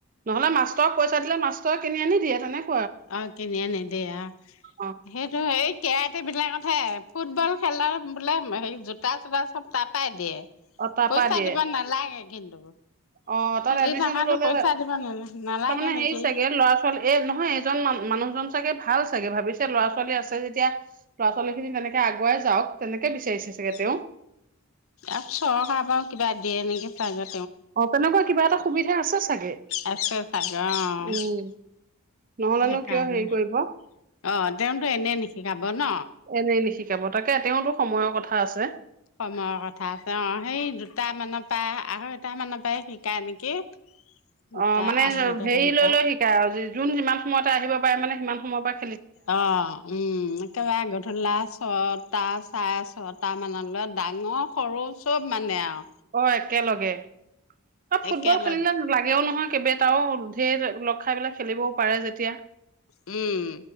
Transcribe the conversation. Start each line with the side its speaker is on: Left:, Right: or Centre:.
Right: নহলে মাষ্টৰক পইচা দিলে মাষ্টৰে কিনি আনি দিয়ে তেনে।
Left: অ' কিনি আনি দিয়ে অ',
Right: অ',
Left: সেইটো এই <unintelligible> <unintelligible> ফুটবল খেলৰ বোলে হেৰি জোতা চোতা চব তাৰপাই দিয়ে।
Right: অ', তাৰপা
Left: পইছা
Right: দিয়ে
Left: দিব নালাগে। কিন্তু।
Right: অ, তাত
Left: খেলি
Right: এডমিশনটো
Left: থকাতো
Right: ললে
Left: পইচা দিব নালাগে
Right: তাৰমানে
Left: নেকি
Right: হেৰি চাগে ল'ৰা ছোৱালী এ, নহয়, এজন মানুহ। মানুহজন চাগে ভাল চাগে ভাবিছে ল'ৰা-ছোৱালী আছে যেতিয়া ল'ৰা-ছোৱালী খিনি তেনেকে আগুৱাই যাওক তেনেকে। বিচাৰিছে চাগে
Left: উ,
Right: তেওঁ
Left: একচৰ খাব কিবা দিয়ে নেকি? <inaudible>
Right: অ' তেনেকুৱা কিবা এটা সুবিধা আছে চাগে।
Left: আছে চাগৈ অ',
Right: উম, নহলেনো
Left: সেইকাৰণে
Right: কিয় হেৰি কৰিব।
Left: অ', তেওঁতো এনেই নিশিকাব ন
Right: এনেই নিশিকাব তাকে, তেওঁতো? সময়ৰ কথা আছে।
Left: সময়ৰ কথা আছে। অ' সেই দুট মানৰ পৰা, আঢ়ৈ তা মানৰ পৰাই শিকাই নেকি? দুটা
Right: অ' মানে
Left: আঢ়ৈটা
Right: হেৰি
Left: মানৰ
Right: লৈ-লৈ
Left: পৰা
Right: শিকাই আৰু যোন, যিমান সময়তে আহিব পাৰে মানে সিমান সময় বা
Left: অ' উম, একেবাৰে গধূল লা ছটা, চাৰে ছটামানলৈ ডাঙৰ, সৰু চব মানে আৰু।
Right: অ' একেলগে আৰু ফুটবল
Left: একেলগ
Right: খেলিলে লাগেও নহয় কেবটাও। ধেই ল খাই বিলাক খেলিবও পাৰে যেতিয়া।
Left: উম।